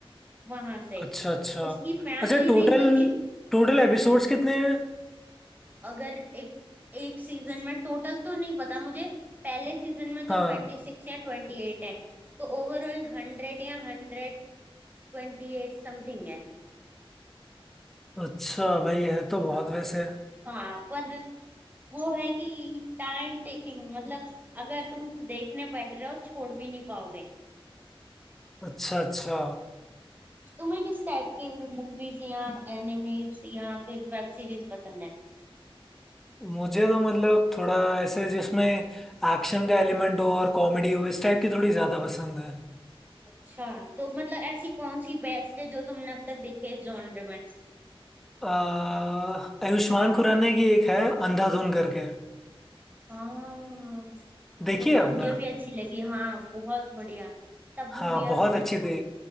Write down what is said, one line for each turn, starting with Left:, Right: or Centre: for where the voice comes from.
Right: वहां से
Centre: अच्छा अच्छा
Right: उसकी फैमिली
Centre: अच्छा टोटल
Right: नहीं बची
Centre: टोटल एपिसोड्स कितने हैं
Right: अगर एक एक सीजन में टोटल तो नहीं पता मुझे पहले सीजन में तो
Centre: हाँ
Right: ट्वेंटी सिक्स या ट्वेंटी एट है तो ओवरऑल हंड्रेड या हंड्रेड ट्वेंटी एट समथिंग है
Centre: अच्छा भाई है तो बहुत
Right: हाँ
Centre: वैसे
Right: हाँ पर वो है कि टाइम टेकिंग मतलब अगर तुम देखने बैठ रहे हो छोड़ भी नहीं पाओगे
Centre: अच्छा अच्छा
Right: तुम्हें किस टाइप की मूवीज या एनिमेज या फिर वेब सीरीज पसंद है
Centre: मुझे तो मतलब थोड़ा ऐसे जिसमें एक्शन का एलिमेंट हो और कॉमेडी हो इस टाइप की थोड़ी ज्यादा पसंद है
Right: अच्छा तो मतलब ऐसी कौन सी बेस्ट है जो तुमने अब तक देखी है जॉनर में
Centre: आ, आयुष्मान खुराना की एक है अंधाधुन करके
Right: हाँ
Centre: देखिए
Right: वो तो मुझे
Centre: आपने
Right: भी अच्छी लगी हाँ बहुत बढ़िया तब्बू
Centre: हाँ
Right: भी है
Centre: बहुत
Right: उसमें
Centre: अच्छी थी